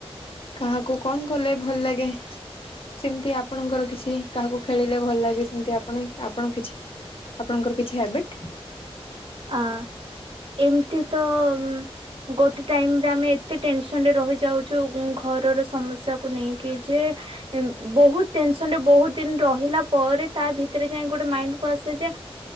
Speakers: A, on the left; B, on the right.
A: କାହାକୁ କଣ କଲେ ଭଲ ଲାଗେ ସେମତି ଆପଣଙ୍କର କିଛି କାହାକୁ ଖେଳିଲେ ଭଲ ଲାଗେ ସେମିତି ଆପଣ ଆପଣ କିଛି ଆପଣଙ୍କର କିଛି ହବିଟ
B: ଅ ଏମତି ତ <inaudible> ଗୋଟେ ଟାଇମରେ ଆମେ ଏତେ ଟେନସନ ରେ ରହିଯାଉଛୁ ଘରର ସମସ୍ୟାକୁ ନେଇକି ଯେ ବହୁତ ଟେନସନରେ ବହୁତ ଦିନ ରହିଲା ପରେ ତା ଭିତରେ ଯାଇକ ଗୋଟେ ମାଇଣ୍ଡ କ ଆସେ ଯେ